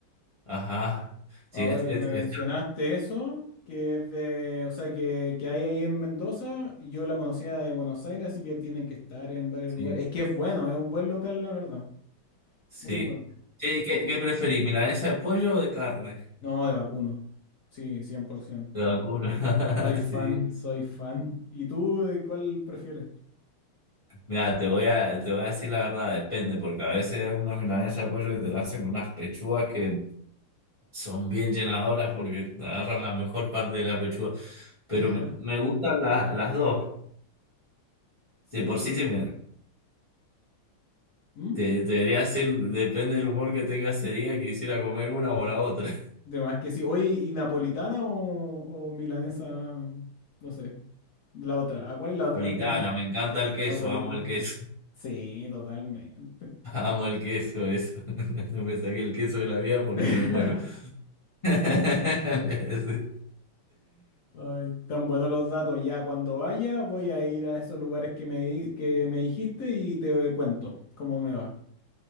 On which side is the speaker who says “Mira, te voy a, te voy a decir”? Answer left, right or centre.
Left